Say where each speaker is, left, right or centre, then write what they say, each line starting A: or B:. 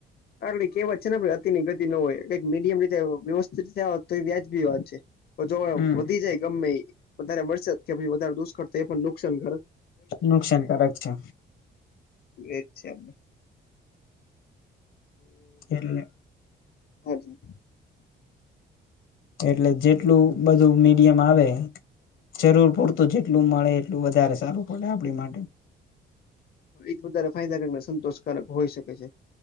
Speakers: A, on the left; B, on the left.
A: આપડી કે વાત છે ને અતિની ગતિ ન હોય મીડિમ રીતે વ્યવસ્થિત તો એ વ્યાજબી વાત છે તો જો
B: હમ
A: વધી જાય ગમે. વધારે મળશે કે પછી વધારે દુષ્કાળ તો એ પણ નુકસાન કરે.
B: નુકસાનકારક છે.
A: એજ છે આપડે.
B: એટલે?
A: હા જ.
B: એટલે જેટલું બધું મીડિયમ આવે જરૂર પૂરતું જેટલું મળે એટલું વધારે સારું પડે આપણી માટે.
A: એ જ વધારે ફાયદાકારક સંતોષકારક હોય શકે છે